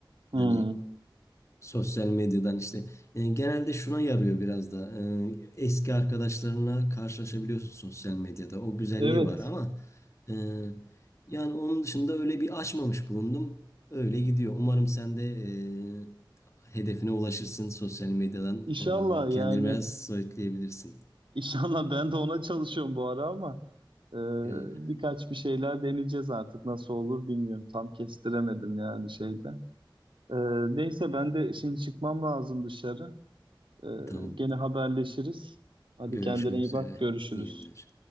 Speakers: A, on the right (about 85°); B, on the left (about 35°).
A: Hı.
B: Hani sosyal medyadan işte. Ee, genelde şuna yarıyor biraz da. Ee, eski arkadaşlarına karşılaşabiliyorsun sosyal medyada. O güzelliği
A: Evet.
B: var ama e, yani onun dışında öyle bir açmamış bulundum. Öyle gidiyor. Umarım sen de e, hedefine ulaşırsın sosyal medyadan.
A: İnşallah
B: E, kendini
A: yani
B: biraz soyutlayabilirsin.
A: <laughs> inşallah ben de ona çalışıyorum bu ara ama e,
B: E,
A: birkaç bir şeyler deneyeceğiz artık nasıl olur bilmiyorum. Tam kestiremedim yani şeyde. E, neyse ben de şimdi çıkmam lazım dışarı. Ee,
B: tamam.
A: gene haberleşiriz. Hadi
B: Görüşmek
A: kendine iyi
B: üzere.
A: bak, görüşürüz.
B: İyi günler.